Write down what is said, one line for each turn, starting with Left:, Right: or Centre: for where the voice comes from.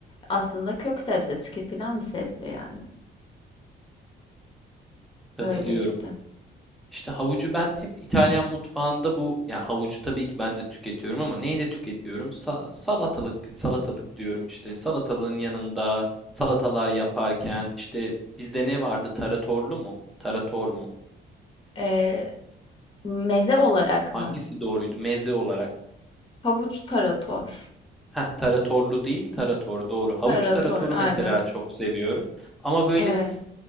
Left: Aslında kök sebze tüketilen bir sebze yani.
Centre: katılıyorum.
Left: Öyle işte.
Centre: İşte havucu ben hep İtalyan mutfağında bu ya havucu tabii ki ben de tüketiyorum ama neyi de tüketiyorum? Sa- salatalık salatalık diyorum işte salatalığın yanında salatalar yaparken işte bizde ne vardı? Taratorlu mu? Tarator mu?
Left: Ee, meze olarak
Centre: Hangisi
Left: mı?
Centre: doğruydu? Meze olarak.
Left: Havuç tarator.
Centre: Heh, taratorlu değil, tarator doğru. Havuç
Left: Tarator
Centre: taratoru
Left: aynen.
Centre: mesela çok seviyorum. Ama böyle
Left: Evet.